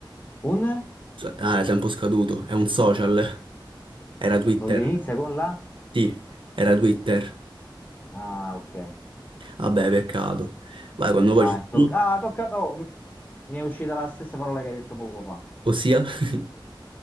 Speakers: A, on the left (about 20°); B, on the right (about 80°).
A: Un?
B: So- Ah, è tempo scaduto, è un social. Era Twitter.
A: co- che inizia con la...
B: Sì, era Twitter.
A: Ah, ok.
B: Vabbè, peccato. Vai, quando poi
A: Vai,
B: ci
A: toc-
B: sono,
A: ah, tocca. oh, mi mi è uscita la stessa parola che hai detto poco fa.
B: ossia. <laughs>